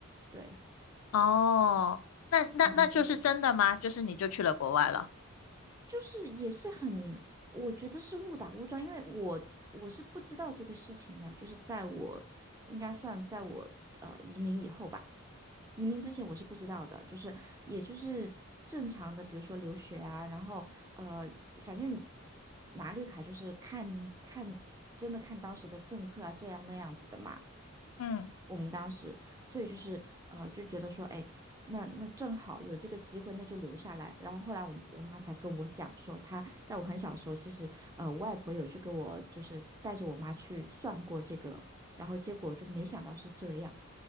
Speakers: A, on the right; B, on the left.
A: 对，
B: 哦，那那那就是真的吗？
A: 然后就是
B: 就是你就去了国外了。
A: 就是也是很，我觉得是误打误撞，因为我我是不知道这个事情的，就是在我应该算在我呃移民以后吧。移民之前我是不知道的，就是也就是正常的，比如说留学啊，然后呃，反正拿绿卡就是看看真的看当时的政策啊，这样那样子的嘛。
B: 嗯
A: 我们当时，所以就是呃，就觉得说，哎，那那正好有这个机会，那就留下来。然后后来我我妈才跟我讲说，她在我很小的时候，其实呃，我外婆有去跟我就是带着我妈去算过这个，然后结果就没想到是这样。